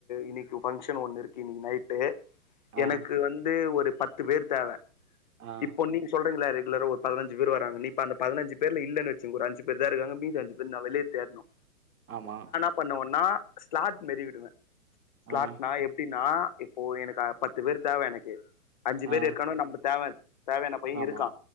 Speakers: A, on the left; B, on the right.
A: இன்னைக்கு பங்க்ஷன் ஒண்ணு இருக்கு இன்னைக்கி நைட்டு
B: ஆ
A: எனக்கு வந்து ஒரு பத்து பேர் தேவ
B: ஆ
A: இப்போ நீங் சொல்றீங்கள ரெகுலர் ஒரு பதின்சு பேர் வராங்கந்த இப்ப பதினஞ்சு பேர்ல இல்லன்னு வச்சிகொங்க ஒரு அஞ்சு பேர்தா இருக்காங்க மீதி அஞ்சு பேர் நா வெளிய தேட்னு னு
B: ஆமா
A: ப்பண்ணுவன்னா ஸ்லாட் மேறி விடுவே ஸ்லாட்னா
B: ஆ
A: எப்டின்னா இப்போ எனக்கா பத்து பேர் தேவ எனக்கு அஞ்சு பேர்
B: ஆ
A: இருக்காணோ நம்ப தேவ தேவையான பைய
B: ஆமா
A: இருக்கா